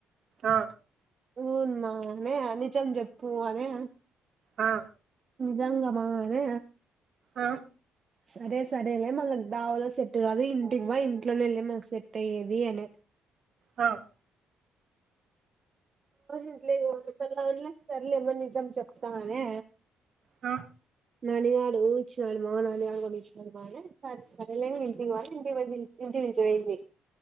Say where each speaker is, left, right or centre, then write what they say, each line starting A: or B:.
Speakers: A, on the right; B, on the right.
A: ఆ
B: ఉవునుమా అనే నిజం చెప్పు అనే
A: ఆ
B: జంగమారే
A: ఆ
B: సరే సరేలే మనకు దావలో సెట్ కాదు ఇంటికి పోయి ఇంట్లోనే వెళ్ళి మనకు సెట్ అయ్యేది అని
A: ఆ
B: ఇట్లే వాలా సర్లేమని నిజాం చెప్తానే
A: ఆ
B: నానిగాడు ఇచ్చినాడు మా నానిగాడు కూడా ఇచ్చినాడు మా సరేలే నేను ఇంటికి పోయా ఇంటికి పోయే ఇంటికి పిలిచిపోయింది